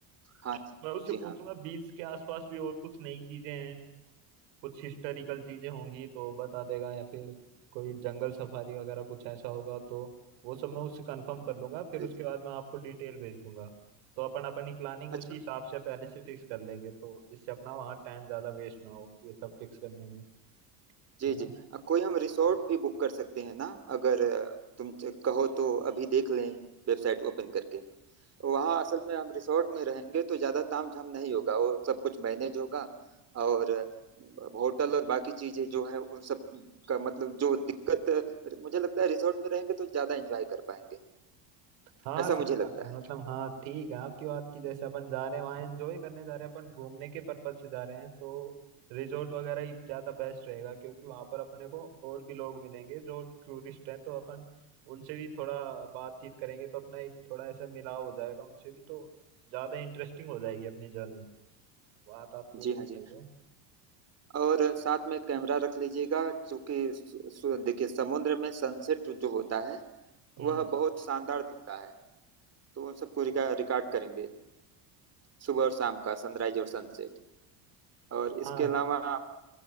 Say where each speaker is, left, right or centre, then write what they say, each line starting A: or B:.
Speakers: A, on the right; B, on the right.
A: हाँ जी
B: मैं उससे
A: जी
B: पूछूंगा
A: हाँ
B: बीस के आसपास भी और कुछ नई चीजें हैं कुछ हिस्टोरिकल चीजें होंगी तो बता देगा या फिर कोई जंगल सफारी वगैरह कुछ ऐसा होगा तो वो सब मैं उससे कंफर्म कर
A: हम्म,
B: लूंगा फिर
A: जी
B: उसके
A: जी
B: बाद मैं आपको डिटेल भेज दूंगा तो अपन अपनी प्लानिंग
A: अच्छा
B: उसी हिसाब से पहले से फिक्स कर लेंगे तो इससे अपना वहाँ टाइम ज्यादा वेस्ट ना हो ये सब फिक्स करने में
A: जी
B: है
A: जी
B: ना
A: अ, कोई हम रिसोर्ट भी बुक कर सकते हैं ना अगर अ, तुम च- कहो तो अभी देख लें वेबसाइट ओपन करके तो वहाँ असल में हम रिसोर्ट में रहेंगे तो ज़्यादा तामझाम नहीं होगा वो सब कुछ मैनेज होगा और होटल और बाकी चीज़ें जो हैं उन सब का मतलब जो दिक्कत मुझे लगता है रिसोर्ट में रहेंगे तो ज़्यादा एंजॉय कर पाएंगे
B: हाँ
A: ऐसा
B: सही
A: मुझे
B: बात
A: लगता
B: है
A: है
B: मतलब हाँ ठीक है आपकी बात की जैसे अपन जा रहे हैं वहाँ एंजॉय करने जा रहे हैं अपन घूमने के पर्पज से जा रहे हैं तो रिजोर्ट वगैरह ही ज़्यादा बेस्ट रहेगा क्योंकि वहाँ पर अपने को और भी लोग मिलेंगे जो टूरिस्ट है तो अपन उनसे भी थोड़ा बातचीत करेंगे तो अपना एक थोड़ा ऐसा मिलाव हो जाएगा उनसे भी तो ज़्यादा इंटरेस्टिंग हो जाएगी अपनी जर्नी बात आपकी बिल्कुल
A: जी हाँ
B: सही
A: जी
B: है
A: और साथ में कैमरा रख लीजिएगा क्योंकि सु- सु- देखिए समुद्र में सनसेट जो होता है
B: हम्म
A: वह बहुत शानदार दिखता है तो उन सबको रिकॉर्ड करेंगे सुबह और शाम का सनराइज और सनसेट और इसके
B: हाँ
A: अलावा